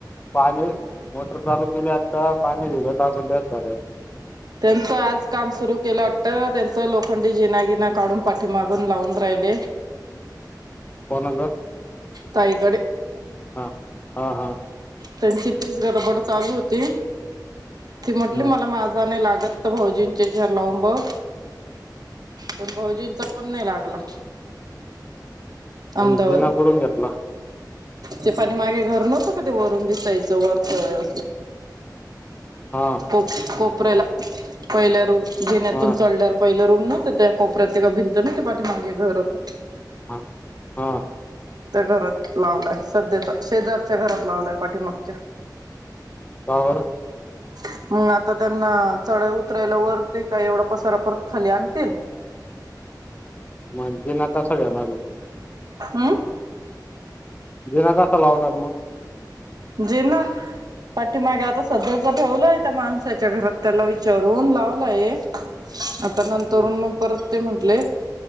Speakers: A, on the left; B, on the right.
A: पाणी मोटर चालू केली आता पाणी दिलं टाकून दिलं त्यात भरायल
B: त्यांचं आज काम सुरू केलं वाट त्यांच लोखंडी जिनागिना काढून पाठी मागून लावून राहिले.
A: कोनाचा
B: ताईकडे
A: हां हां हां.
B: त्यांची तीच गडबड चालू होती ती म्हटली
A: हम्म.
B: मला माझा नाही लागत. भोजींच्या याच्यावर लावून बघ. पण भाऊजींचा पण नाही लागला. अहमदाबादला
A: आणि जिना कुठून घेतला?
B: ते पाठी मागे घर नव्हतं का ते? ते वरून दिसायचं वरचं
A: हा
B: कोप, कोपऱ्याला. पहिली रूम जिन्यातून
A: हा हा
B: चढल्यावर, पहिली रूम नव्हती त्या कोपऱ्यात एका भिंत नाही का ते पाठी मागे घर होतं.
A: हां, हां.
B: त्या घरात लावलायं सध्याचा शेजारच्या घरात लावलायं पाठीमागच्या.
A: का बर.
B: <inaudible> मग आता त्यांना चढाई उतरायला वर ते काय, एवढा पसारा परत खाली आणतील.
A: मग जिना कसा घेणार आहे ते.
B: अम्म
A: जिना कसा लावणार मग?
B: जिना, पाठीमागे आता सध्यातर ठेवला आहे त्या माणसाच्या घरात. त्याला विचारून लावलाय. आता नंतरून
A: हम्म
B: मग, परत ते म्हटले